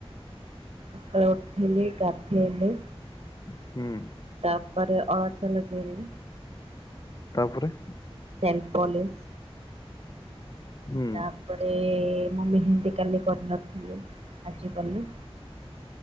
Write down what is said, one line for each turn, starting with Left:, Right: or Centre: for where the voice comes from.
Right: ଅକାଡ ଉଠଲି ଗଦ ହେଲି
Left: ହୁଁ
Right: ତାପରେ ଅଳ ତ ଲଗେଇଲେ
Left: ତାପରେ
Right: ସେଲପଲି
Left: ହୁଁ
Right: ତାପରେ ମୁଁ ବିେହତିୀ କାଲି କରିନଥିଲି ଆଜ କାଲି